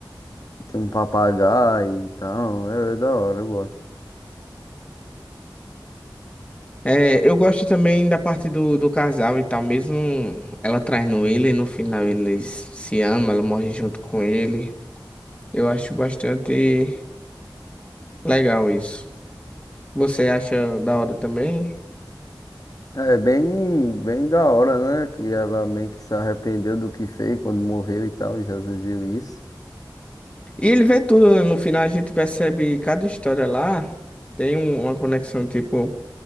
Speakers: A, on the left; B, on the left.
A: tem um papagaio e tal. É, é da hora, eu gosto.
B: é, eu gosto também da parte do, do casal e tal, mesmo ela traindo ele, no final eles se amam, ela morre junto com ele. Eu acho bastante legal isso. Você acha da hora também?
A: É bem, bem da hora, né? Que ela meio que se arrependeu do que fez quando morreu e tal. e Jesus viu isso.
B: E ele vê tudo, né? no final a gente percebe cada história lá. Tem um- uma conexão, tipo,